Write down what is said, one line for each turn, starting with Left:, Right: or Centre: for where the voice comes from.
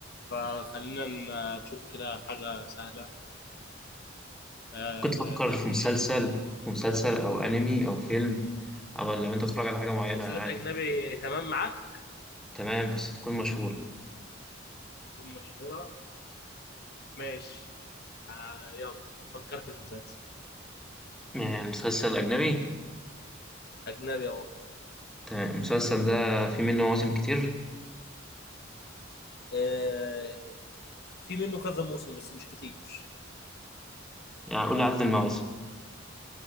Left: فخلينا ن- نشوف كده حاجه سهله آه
Centre: كنت افكر
Left: زي
Centre: في
Left: ايه
Centre: مسلسل في مسلسل او انمي او فيلم او لو انت بتتفرج على حاجه معينه
Left: مسلسلات
Centre: عادي
Left: اجنبي تمام معاك
Centre: تمام بس تكون مشهوره
Left: تكون مشهوره ماشي آه يلا فكرت في مسلسل
Centre: يعني مسلسل اجنبي
Left: اجنبي اهو
Centre: تمام المسلسل ده في منه مواسم كتير
Left: آه، في منه كذا موسم بس مش كتير
Centre: يعني قول لي عدد المواسم